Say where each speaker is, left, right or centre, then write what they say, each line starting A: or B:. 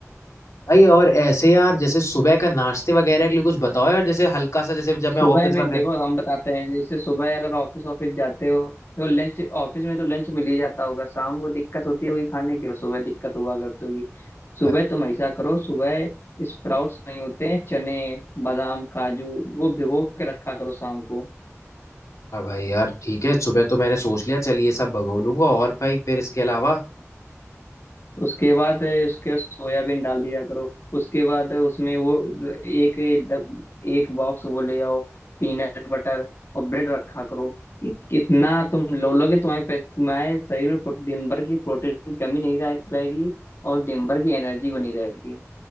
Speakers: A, on the left; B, on the left.
A: भाई और ऐसे यार जैसे सुबह का नाश्ते वगैरह के लिए कुछ बताओ यार जैसे हल्का सा जैसे जब
B: सुबह
A: मैं ऑफिस
B: में
A: वगैरह
B: देखो हम बताते हैं जैसे सुबह अगर ऑफिस ऑफिस जाते हो देखो लंच ऑफिस में तो लंच मिल ही जाता होगा शाम को दिक्कत होती होगी खाने की और सुबह दिक्कत हुआ करती होगी सुबह
A: भाई
B: तुम ऐसा करो सुबह स्प्राउट्स नहीं होते हैं चने बादाम काजू वो भिगो के रखा करो शाम को
A: हाँ भाई यार ठीक है सुबह तो मैंने सोच लिया चलिए ये सब भगो लूंगा और भाई फिर इसके अलावा
B: उसके बाद उसके सोयाबीन डाल दिया करो उसके बाद उसमें वो एक एक बॉक्स वो ले आओ पीनट बटर और ब्रेड रखा करो कितना तुम लो लोगे तुम्हारे पे- तुम्हारे शरीर में प्रो- दिन भर की प्रोटीन की कमी नहीं रह, रहेगी और दिन भर की एनर्जी बनी रहेगी